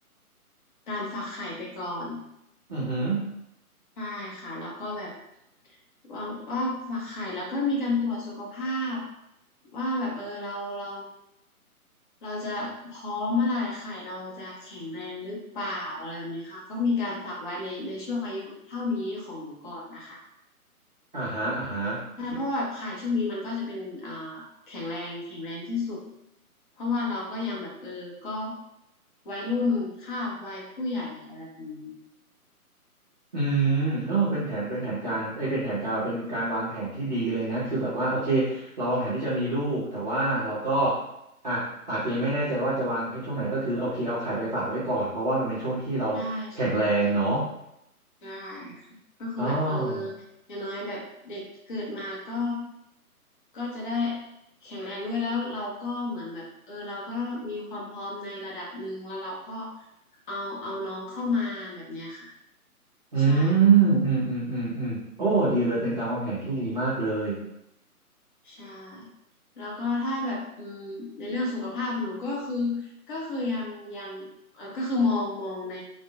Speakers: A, on the left; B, on the right.
A: การฝากไข่ไปก่อน
B: อือหือ
A: ใช่ค่ะแล้วก็แบบวางว่าฝากไข่แล้วก็มีการตรวจสุขภาพว่าแบบเออเราเราเราจะพร้อมเมื่อไหร่ไข่เราจะแข็งแรงหรือเปล่าอะไรแบบนี้ค่ะก็มีการฝากไว้ในในช่วงอายุเท่านี้ของหนูก่อนนะคะ
B: อ่าฮะอ่าฮะ
A: ใช่เพราะว่าแบบไข่ช่วงนี้มันก็จะเป็นอ่าแข็งแรงแข็งแรงที่สุดเพราะว่าเราก็ยังแบบเออก็วัยรุ่นคาบวัยผู้ใหญ่อะไรแบบนี้
B: อืมเออเป็นแผนเป็นแผนการเอ้ยเป็นแผนการเป็นการวางแผนที่ดีเลยนะคือแบบว่าโอเคเราวางแผนที่จะมีลูกแต่ว่าเราก็อ่ะอาจจะยังไม่แน่ใจว่าจะวางในช่วงไหนก็คือโอเคเอาไข่ไปฝากไว้ก่อนเพราะว่ามันเป็นช่วงที่เราแข็งแรงเนาะ
A: ใช่ ได้ค่ะก็คือแบบเออ
B: อ๋อ
A: อย่างน้อยแบบเด็กเกิดมาก็ก็จะได้แข็งแรงด้วยแล้วเราก็เหมือนแบบเออเราก็มีความพร้อมในระดับหนึ่งแล้วเราก็เอาเอาน้องเข้ามาแบบเนี้ยค่ะ
B: อื
A: ใช่
B: มอืมอืมอืมอืมโอ้ดีเลยเป็นการวางแผนที่ดีมากเลย
A: ใช่แล้วก็ถ้าแบบอืมในเรื่องสุขภาพหนูก็คือก็คือยังยังเออก็คือมองมองใน